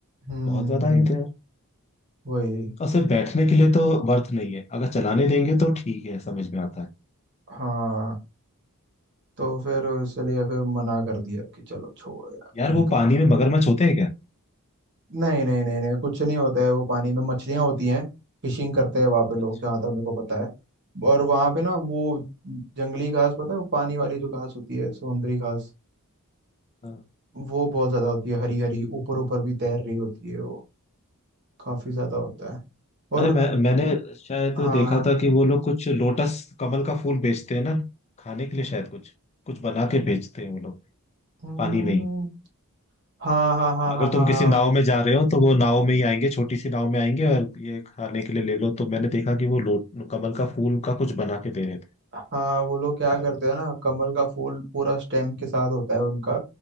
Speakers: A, on the right; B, on the left.
A: हम्म
B: बहुत ज्यादा ही थे यार
A: वही
B: और सिर्फ बैठने के लिए तो वर्थ नहीं है अगर चलाने देंगे तो ठीक है समझ में आता है
A: हाँ तो फिर इसलिए फिर मना कर दिया कि चलो छोड़ो यार
B: यार
A: नहीं
B: वो
A: कर
B: पानी में मगरमच्छ होते हैं क्या
A: नहीं नहीं नहीं नहीं कुछ नहीं होता है वो पानी में मछलियां होती हैं फिशिंग करते हैं वहां पे लोग
B: अच्छा
A: जहाँ तक मेरे को पता है और वहां पे ना वो जंगली घास पता है वो पानी वाली जो घास होती है समुद्री घास
B: हाँ।
A: वो बहुत ज्यादा होती है हरी हरी ऊपर ऊपर भी तैर रही होती है वो काफी ज्यादा होता है और
B: अरे मैं मैंने शायद
A: हाँ
B: देखा था कि वो लोग कुछ लोटस कमल का फूल बेचते हैं ना खाने के लिए शायद कुछ कुछ बना के बेचते हैं वो लोग
A: हम्म,
B: पानी में ही
A: हाँ हाँ हाँ
B: अगर
A: हाँ
B: तुम
A: हाँ हाँ
B: किसी
A: हाँ।
B: नाव में जा रहे हो तो वो नाव में ही आएंगे छोटी सी नाव में आएंगे और ये खाने के लिए ले लो तो मैंने देखा कि वो लो कमल का फूल का कुछ बना के दे रहे थे
A: हाँ वो लोग क्या
B: साबुत
A: करते हैं ना कमल का फूल पूरा स्टेम के साथ होता है उनका